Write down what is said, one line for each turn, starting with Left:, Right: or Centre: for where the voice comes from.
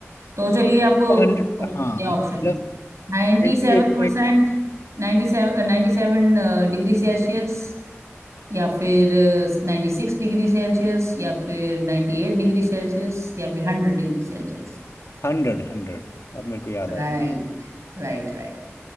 Right: तो चलिए आप
Left: हंड्रेड
Right: अ,
Left: हाँ
Right: ये
Left: हाँ
Right: option
Left: मतलब
Right: ninety
Left: 98
Right: seven percent ninety seven ninety seven degree Celsius या फिर नाइन्टी सिक्स डिग्री सेल्सियस या फिर नाइन्टी एट डिग्री सेल्सियस या फिर hundred degree Celsius
Left: Hundred hundred अब मेरे को याद
Right: Right
Left: आया
Right: right right